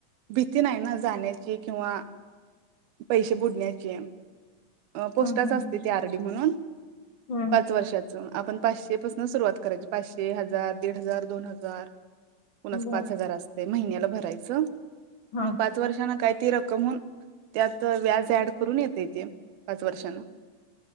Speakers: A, on the right; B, on the left.
A: भीती नाही ना जाण्याची किंवा पैशे बुडण्याची. अ पोस्टाच
B: हम्म हम्म
A: असत ते आरडी म्हणून,
B: हम्म
A: पाच वर्षा चं, आपण पाचशे पासन सुरुवात करायची, पाचशे, हजार, दीड हजार, दोन हजार कुणाचं
B: बर
A: पाच हजार असतंय महिन्याला भरायचं,
B: हा
A: म पाच वर्षांनं काय ती रकम होऊन त्यात व्याज ऍड करून येतय तेे पाच वर्षांन.